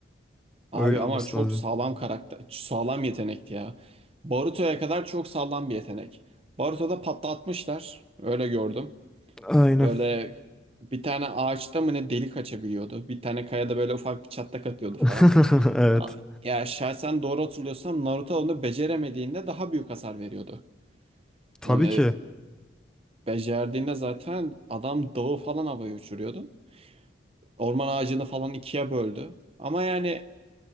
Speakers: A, on the right; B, in the centre.
A: Abi
B: Öyle olması
A: ama çok
B: lazım.
A: sağlam karakter, sağlam yetenekti ya. Baruto'ya kadar çok sağlam bir yetenek. Baruto'da patlatmışlar. Öyle gördüm.
B: Aynen.
A: Böyle bir tane ağaçta mı ne delik açabiliyordu. Bir tane kayada böyle ufak bir çatlak atıyordu
B: <laughs>
A: falan.
B: Evet.
A: A- Ya şahsen doğru hatırlıyorsam Naruto onu beceremediğinde daha büyük hasar veriyordu.
B: Tabii
A: Yani
B: ki.
A: becerdiğinde zaten adam dağı falan havaya uçuruyordu. Orman ağacını falan ikiye böldü. Ama yani